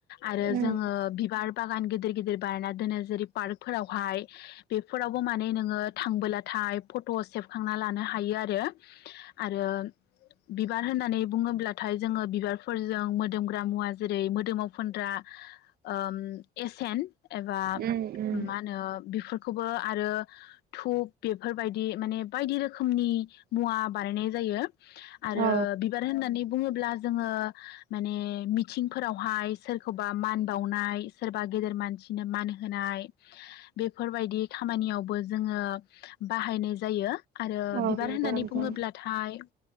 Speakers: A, on the left (about 75°); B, on the right (about 65°).
A: आरो
B: उम
A: जोङो बिबार बागान गिदिर गिदिर बायना दोनो जेरै पार्कफोरावहाय बेफोरावबो माने नोङो थांबोलाथाय फट' सेबखांना लानो हायो आरो आरो बिबार होननानै बुङोब्लाथाय जोङो बिबार फोरजों मोदोमग्रा मुवा जेरै मोदोमाव फोनग्रा ओ एसेन एबा
B: उम उम
A: मा होनो बेफोरखौबो आरो धुप बेफोरबायदि माने बायदि रोखोमनि मुवा बानायनाय जायो। आरो
B: औ
A: बिबार होननानै बुङोब्ला जोङो माने मिथिंफोरावहाय सोरखौबा मान बावनाय सोरबा गेदेर मानसिनो मान होनाय बेफोरबायदि खामानियावबो जोङो बाहायनाय जायो। आरो
B: औ
A: बिबार
B: नंगौ
A: होननानै
B: नोंथां
A: बुङोब्लाथाय